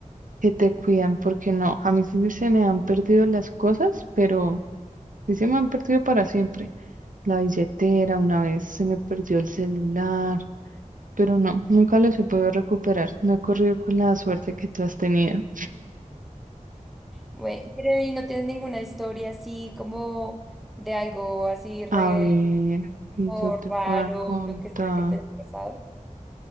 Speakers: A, on the right; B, in the centre.
A: que te cuidan, porque no, a mí sí se me han perdido las cosas, pero... Sí, se me han perdido para siempre. La billetera, una vez se me perdió el celular, pero no, nunca los he podido recuperar. No he corrido con la suerte que tú has tenido.
B: bueno pero ¿y no tienes ninguna historia así como de algo así real
A: A ver,
B: como
A: que yo te
B: raro,
A: pueda contar.
B: lo que sea que te haya pasado?